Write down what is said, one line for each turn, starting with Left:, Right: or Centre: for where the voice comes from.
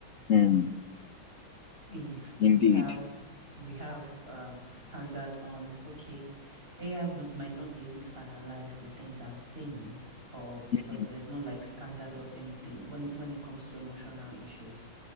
Left: Mm.
Right: if we
Left: Indeed.
Right: have we have um standard on okay AI would, might not be able to analyze the things I'm saying or because
Left: Mhm.
Right: there's no like standard of anything when when it comes to emotional issues